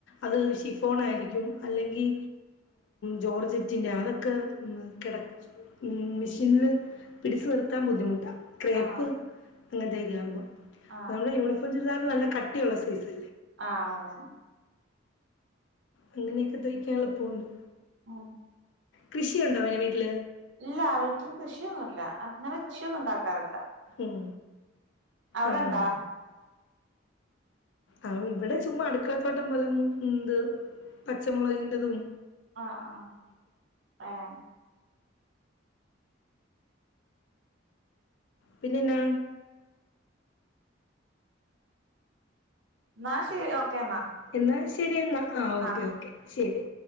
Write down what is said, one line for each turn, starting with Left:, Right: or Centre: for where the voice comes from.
Left: അത് ഷിഫോൺ ആയിരിക്കും അല്ലെങ്കിൽ ജോർജെറ്റിൻ്റെ അതൊക്കെ കിട ഉ മെഷീനില് പിടിച്ചു നിർത്താൻ ബുദ്ധിമുട്ടാണ് ക്രേപ്പ്
Right: ആഹ്
Left: അങ്ങനത്തെെയൊക്കെ യാവുമ്പോ
Right: ആഹ്
Left: നമ്മുടെ യൂണിഫോം ചുരിതാറ് നല്ല കട്ടിയുള്ള സൈസ്
Right: ആ അതെ
Left: അങ്ങനെയൊക്കെ തയ്ക്കാ എളുപ്പമുണ്ട്
Right: മ്
Left: കൃഷിയുണ്ടോെ വീട്ടില്?
Right: ഇല്ല വീട്ടില് കൃഷിയൊന്നുല്ല അങ്ങനെ കൃഷിയൊന്നും ഉണ്ടാക്കാറില്ല
Left: ഉം
Right: അവിടെണ്ടാ
Left: ആഹ്. ആഹ് ഇവിടെ ചുമ്മാ അടുക്കളത്തോട്ടം പോലെ ഉണ്ട് പച്ചമുളകിന്റേതും
Right: ആഹ് ആഹ് ഏഹ്
Left: പിന്നെ എന്താ
Right: എന്നാ ശരി ഓക്കേ എന്നാ
Left: എന്നാ ശരിയെന്നാ ആഹ് ഓക്കേ
Right: ആ
Left: ഓക്കെ ശരി